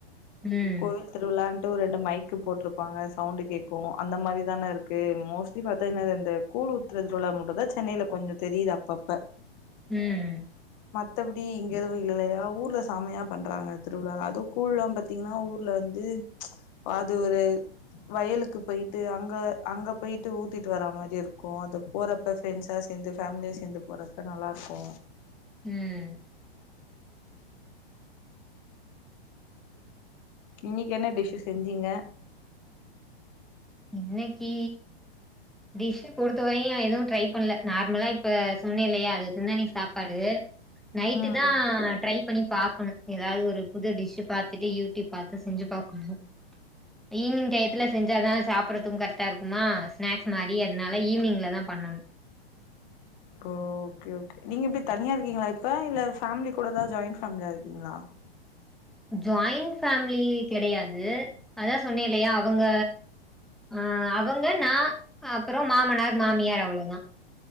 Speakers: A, in the centre; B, on the left.
A: ம்
B: கோய்ல் திருவிழான்ட்டு ஒரு ரெண்டு மைக்கு போட்ருப்பாங்க சவுண்டு கேக்கு அந்த மாரி தான இருக்கு மோஸ்ட்லி பாத்தா என்னது இந்த கூழ் உத்தறது திருவிழா மட்டுதா சென்னையில கொஞ்சோ தெரியுது அப்பப்ப
A: ம்
B: மத்தபடி இங்க எதுவு இல்லல்லையா ஊர்ல சமையா பண்றாங்க திருவிழாலா அதுவு கூழ்லல்லா பாத்தீங்கன்னா ஊர்ல வந்து அது ஒரு வயலுக்கு போயிட்டு அங்க அங்க போயிட்டு ஊத்திட்டு வர மாரி இருக்கு அது போறப்ப ஃப்ரெண்ட்ஸா சேந்து ஃபேமிலியா சேந்து போறப்ப நல்லாருக்கு
A: ம்
B: இன்னைக்கு என்ன டிஷ்ஷு செஞ்சிங்க
A: இன்னைக்கு டிஷ்ஷு பொறுத்த வரையு நா எதுவு ட்ரை பண்ல நார்மலா இப்ப சொன்னே இல்லையா அது <unintelligible> இன்னைக்கு சாப்பாடு நைட்டு
B: ம்
A: தா ட்ரை பண்ணி பாக்கணு எதாவது ஒரு புது டிஷ்ஷு பாத்துட்டு யூடியூப் பாத்து செஞ்சு பாக்குணு ஈவினிங் டயத்துல செஞ்சாதா சாப்பறத்துக்கு கர்ட்டா இருக்குமா ஸ்நாக்ஸ் மாரி அதனால ஈவினிங்ல தா பண்ணணு
B: ஓ ஓகே ஓகே நீங்க எப்டி தனியா இருக்கீங்களா இப்ப இல்ல ஃபேமிலி கூட தா ஜாயிண்ட் ஃபேமிலியா இருக்கீங்களா
A: ஜாயிண்ட் ஃபேமிலி கெடையாது அதா சொன்னே இல்லையா அவங்க ஆ அவங்க நா அப்பறோ மாமனார் மாமியார் அவ்ளோதா